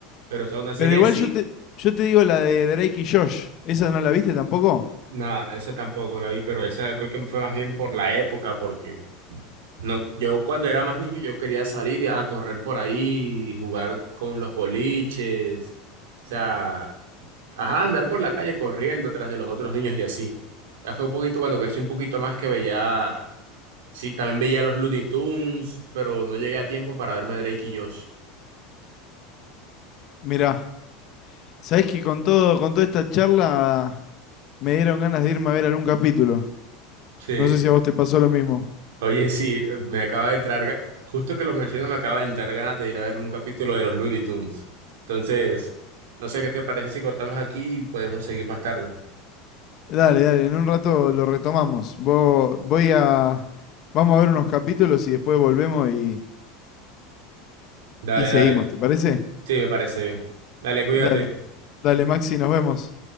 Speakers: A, on the right (about 70°); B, on the left (about 50°).
A: Pero o sea, una serie
B: Pero igual
A: así,
B: yo te, yo te digo la de Drake y Josh. ¿Esa no la viste tampoco?
A: nada, esa tampoco la vi, pero esa yo creo que fue más bien por la época, porque no, yo cuando era más niño yo quería salir a correr por ahí, jugar con los boliches, o sea Ajá, andar por la calle corriendo tras de los otros niños y así. Ya fue un poquito cuando crecí un poquito más que veía, sí, también veía los Looney Tunes, pero no llegué a tiempo para verme Drake y Josh.
B: Mirá, sabés que con todo, con toda esta charla me dieron ganas de irme a ver algún capítulo.
A: Sí.
B: No sé si a vos te pasó lo mismo.
A: Oye, sí, eh, me acaba de entrar, ga- justo que lo menciono, me acaba de entrar ganas de ir a ver un capítulo de los Looney Tunes. Entonces, no sé qué te parece si cortamos aquí y podemos seguir más tarde.
B: Dale, dale, en un rato lo retomamos. Vo- voy a... Vamos a ver unos capítulos y después volvemos y,
A: Dale,
B: y seguimos,
A: dale.
B: ¿te parece?
A: Sí, me parece bien. Dale, cuídate.
B: Dale, dale, Maxi, nos vemos.